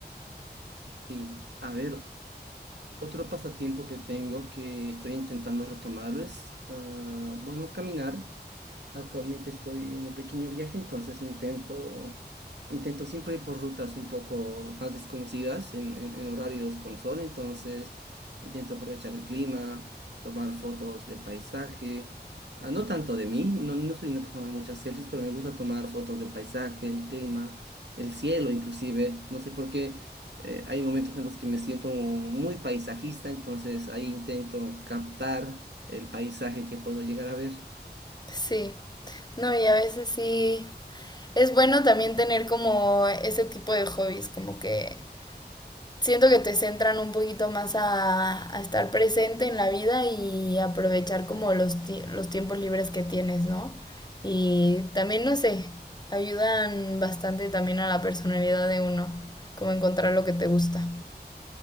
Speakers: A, on the right; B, on the left.
A: Sí, a ver, Otro pasatiempo que tengo que estoy intentando retomar es, ah, bueno, caminar. Actualmente estoy en un pequeño viaje, entonces intento, intento siempre ir por rutas un poco más desconocidas en, en- en horarios con sol, entonces intento aprovechar el clima, tomar fotos del paisaje, ah, no tanto de mí, no, no soy una persona de muchas selfies, pero me gusta tomar fotos del paisaje, el clima, el cielo inclusive, no sé por qué, eh, hay momentos en los que me siento muy paisajista, entonces ahí intento captar el paisaje que puedo llegar a ver.
B: Sí, no, y a veces sí. Es bueno también tener como ese tipo de hobbies, como que siento que te centran un poquito más a, a estar presente en la vida y aprovechar como los, ti- los tiempos libres que tienes, ¿no? Y también, no sé, ayudan bastante también a la personalidad de uno, como encontrar lo que te gusta.